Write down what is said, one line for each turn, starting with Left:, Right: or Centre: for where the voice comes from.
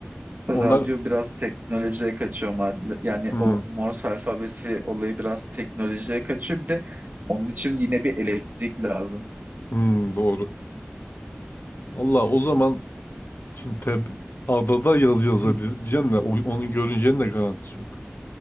Right: radyo
Left: Onlar...
Right: biraz teknolojiye kaçıyor. ma- Yani
Left: Hmm,
Right: o Morse alfabesi olayı biraz teknolojiye kaçıyor. Bir de onun için yine bir elektrik lazım.
Left: hmm, doğru. Valla o zaman Şimdi tab adada yaz yazabilirim.
Right: Hı.
Left: Diyeceğim de o- onun görüneceğinin de garantisi yok.